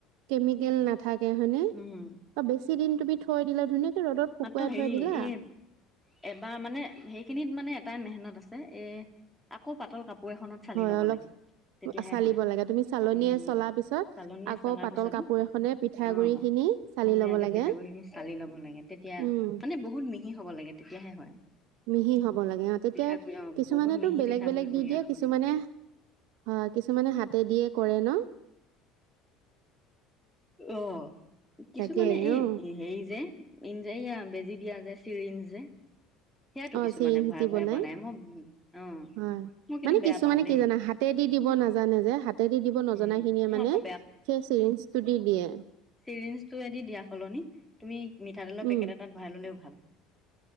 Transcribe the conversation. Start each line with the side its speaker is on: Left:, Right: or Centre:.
Right: কেমিকেল নাথাকে হয়নে?
Centre: উম
Right: বা বেছি দিন তুমি থৈ দিলেও ধুনীয়াকে ৰ'দত শুকুৱাই
Centre: মাত্ৰ হেৰি
Right: থৈ দিলা।
Centre: এই এবাৰ মানে সেইখিনিত মানে এটাই মেহেনত আছে এ, আকৌ পাতল কাপোৰ এখনত চালি
Right: হয়
Centre: ল'ব
Right: অলপ
Centre: লাগে। তেতিয়াহে
Right: চালিব
Centre: হয়।
Right: লাগে তুমি চালনীয়ে
Centre: উম,
Right: চলাৰ পিছত
Centre: চালনীয়ে
Right: আকৌ
Centre: চালাৰ
Right: পাতল
Centre: পিছতো
Right: কাপোৰ এখনে পিঠাগুৰি
Centre: অ'
Right: খিনি চালি
Centre: ধুনীয়াকে
Right: ল'ব লাগে
Centre: পিঠাগুৰিখিনি চালি ল'ব লাগে। তেতিয়া,
Right: উম
Centre: মানে বহুত মিহি হ'ব লাগে তেতিয়াহে হয়।
Right: মিহি হ'ব লাগে অ', তেতিয়া
Centre: পিঠাগুড়ি অ'
Right: কিছুমানেতো
Centre: বহুত মিহি
Right: বেলেগ
Centre: পিঠাগুড়িটো
Right: বেলেগ দি
Centre: উলিয়াই
Right: দিয়ে,
Centre: ল'ব
Right: কিছুমানে
Centre: লাগে
Right: হয় কিছুমানে হাতে দিয়ে কৰে ন'?
Centre: অ' কিছুমানে
Right: তাকে
Centre: এই
Right: অ
Centre: হেৰি যে ইন যে এইয়া বেজি দিয়া যে চিৰিন যে। সেয়াতো
Right: অ'
Centre: কিছুমানে
Right: চিৰিঞ্জ
Centre: ভৰাই
Right: দি
Centre: ভৰাই
Right: বনাই হয়,
Centre: মই অ' মই কিন্তু
Right: মানে
Centre: বেয়া
Right: কিছুমানে
Centre: পাওঁ দেই
Right: কি জানা হাত হাতেদি দিব নাজানে যে, হাতেদি দিব
Centre: উম,
Right: নজনাখিনিয়ে
Centre: মই
Right: মানে
Centre: আকৌ
Right: সেই চিৰিঞ্জটো দি দিয়ে।
Centre: চিৰিঞ্জটোয়েদি দিয়া সলনি তুমি মিঠাতেলৰ
Right: উম
Centre: পেকেট এটাত ভৰাই ল'লেও ভাল।